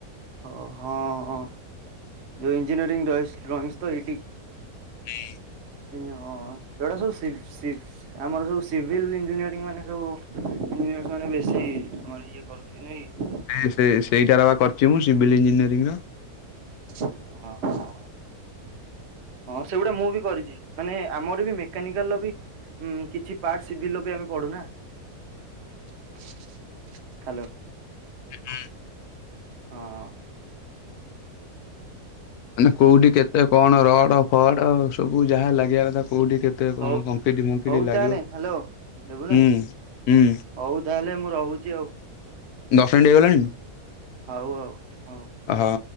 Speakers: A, on the right; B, on the left.
A: ଓ ହଁ ହଁ ଯଉଁ ଇଞ୍ଜିନିରିଂ ର ଡ୍ରଇଂସ୍ ତ ଏଇଡି
B: ହୁଁ।
A: ଉ ହଁ ସେଗଟା ସବୁ ସିବ ସି ଆମର ସବୁ ସିଭିଲ୍ ଇଞ୍ଜିନିୟରିଂ ମାନେ ସବୁ ଇଞ୍ଜିନିୟର୍ସ ମାନେ ବେଶୀ ଆମର ଇଏ କରନ୍ତି ନାଇଁ କି।
B: ସେ ସେ ସେଇଟାର ବା କରିଛି ମୁଁ ସିଭିଲ୍ ଇଞ୍ଜିନିୟରିଂ ର
A: ହ ହଁ ସେଗୁଡା ମୁଁ ବି କରିଛି ମାନେ ଆମର ବି ମେକାନିକାଲ ବି କିଛି ପାର୍ଟି ବି ଆମେ ପଢୁନା ହ୍ୟାଲୋ।
B: ହୁଁ।
A: ହଁ।
B: ମାନେ କୋଉଠି କେତେ କଣ ରଡ ଫଡ ସବୁ ଯାହା ଲାଗିବା କଥା କୋଉଠି କେତେ କଣ
A: ହଉ
B: କଙ୍କିଡି ଫଙ୍କିରି
A: ହଉ
B: ଲାଗିବ
A: ତାହେଲେ ହ୍ୟାଲୋ ଦେବୁ ନାଇଁ
B: ହୁଁ ହୁଁ।
A: ହଉ ତାହେଲେ ମୁଁ ରହୁଛି ଆଉ।
B: ଦ ଫ୍ରେଣ୍ଡ ହେଇଗଲାଣି
A: ହଉ ହଉ ହଉ।
B: ହଁ।